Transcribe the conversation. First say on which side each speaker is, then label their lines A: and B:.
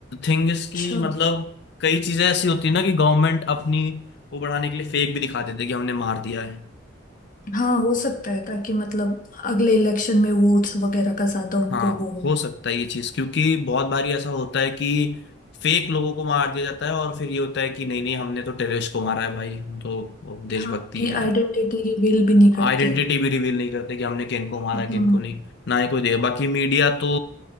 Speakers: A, on the left; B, on the left.
A: थिंग इज कि
B: अच्छा
A: मतलब कई चीजें ऐसी होती है ना कि गवर्नमेंट अपनी वो बढ़ाने के लिए फेक भी दिखा देते कि हमने मार दिया है
B: हाँ हो सकता है ताकि मतलब अगले इलेक्शन में वोट्स वगैरह का ज्यादा उनको
A: हाँ
B: वो हो
A: हो सकता है ये चीज क्योंकि बहुत बारी ऐसा होता है कि फेक लोगों को मार दिया जाता है और फिर ये होता है कि नहीं नहीं हमने तो टेररिस्ट को मारा है भाई हम तो वो देशभक्ति
B: हाँ उनकी
A: हैं
B: आइडेंटिटी रिवील भी नहीं करते
A: आइडेंटिटी भी रिवील नहीं करते कि हमने किनको मारा
B: हम्म
A: किनको नहीं ना ही कोई दे बाकी मीडिया तो